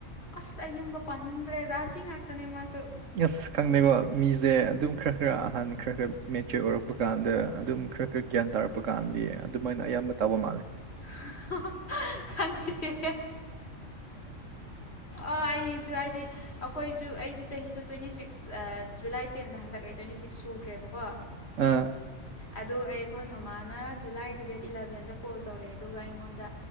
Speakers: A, on the left; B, on the right.
A: ꯑꯁ ꯑꯩ ꯌꯨꯝꯒ ꯄꯥꯅꯤꯡꯗ꯭ꯔꯦꯗ ꯑꯁꯤ ꯉꯥꯛ ꯑꯗꯨꯅꯦ ꯃꯥꯁꯨ꯫
B: ꯌꯦꯁ ꯈꯪꯅꯩꯕ ꯃꯤꯁꯦ ꯑꯗꯨꯝ ꯈꯔ ꯈꯔ ꯑꯍꯟ ꯈꯔ ꯈꯔ ꯃꯦꯆꯔ ꯑꯣꯏꯔꯛꯄ꯫ ꯀꯥꯟꯗ ꯑꯗꯨꯝ ꯈꯔ ꯈꯔ ꯒ꯭ꯌꯥꯟ ꯇꯥꯔꯛꯄ ꯀꯥꯟꯗꯤ ꯑꯗꯨꯃꯥꯏꯅ ꯑꯌꯥꯝꯕ ꯇꯧꯕ ꯃꯥꯜꯂꯦ꯫
A: <unintelligible> ꯈꯪꯗꯦ꯫ ꯑꯣ ꯑꯩꯁꯨ ꯍꯥꯏꯗꯤ ꯑꯩꯈꯣꯏꯁꯨ ꯑꯩꯁꯨ ꯆꯍꯤꯗ ꯇ꯭ꯋꯦꯟꯇꯤ ꯁꯤꯛꯁ ꯖꯨꯂꯥꯏ ꯇꯦꯟꯗ ꯍꯟꯗꯛ ꯑꯩ ꯇ꯭ꯋꯦꯟꯇꯤ ꯁꯤꯛꯁ ꯁꯨꯈ꯭ꯔꯦꯕꯀꯣ꯫
B: ꯑꯥ
A: ꯑꯗꯨ ꯑꯩꯈꯣꯏ ꯃꯃꯥꯅ ꯖꯨꯂꯥꯏꯒꯤ ꯗꯦꯠ ꯏꯂꯕꯦꯟꯗ ꯀꯣꯜ ꯇꯧꯔꯛꯑꯦ ꯑꯗꯨꯒ ꯑꯩꯉꯣꯟꯗ꯫